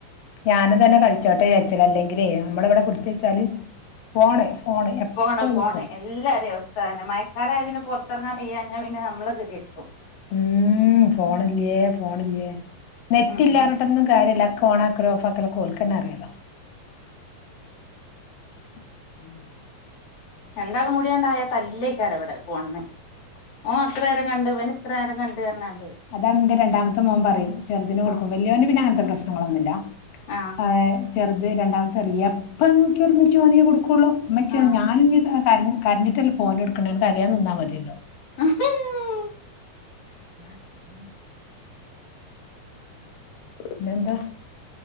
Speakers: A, on the left (about 85°); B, on the left (about 50°).
A: ഞാന് തന്നെ കളിച്ചോട്ടേച്ചല അല്ലെങ്കിലേ നമ്മളിവടെ പുടിച്ച് വെച്ചാല് ഫോണ് ഫോണ് എപ്പളും
B: ഫോണ് ഫോണ്
A: ഫോൺ
B: എല്ലാരേം അവസ്ഥാത് തന്നെ മയക്കാലായാപിന്നെ പൊർത്തെറങ്ങാൻ കയ്യാഞ്ഞാ പിന്നെ നമ്മളിതു കേക്കു
A: ഉം ഫോണില്ലേ ഫോണില്ലേ നെറ്റില്ലാഞ്ഞിർഞ്ട്ടൊന്നും
B: ഉം ഉം
A: കാര്യല്ലാ ഓണാക്കലുഓഫാക്കലൊക്കോൽ ക്ക ക്കന്നറിയാലോ <inaudible>
B: രണ്ടാളുംകൂടിയണ്ടായാ തല്ലെക്കാരവിടെ ഫോണിന് ഓൻ അത്രേരം കണ്ടവന് ഇവന് ത്രനേരം കണ്ട് ർഞാണ്ട്
A: അതാണെന്റെ രണ്ടാമത്തെ മോമ്പറയും ചെറുതിന് കൊടുക്കു
B: ഉം
A: വല്യോന് പിന്നെ അങ്ങനത്തെ പ്രശ് ശ്നങ്ങളൊന്നുല്ല
B: ആഹ്
A: ആ ഏ ചെറുത് രണ്ടാമത്തെ റിയ പ്പ നോക്ക്യ ഇമ്മച്ചി ഓനെ കൊടുക്കൂ ക്കുള്ളൂ ഇമ്മാച്ചേ
B: ആഹ്
A: ഞാൻ ഞ് <unintelligible> ക കര്ഞ്ഞിട്ടല്ലപ്പോന് ട്ക്കണെ അകൊണ്ട് കരയാതെ നിന്നാ മതിയല്ലോ
B: <unintelligible>
A: പിന്നെന്താ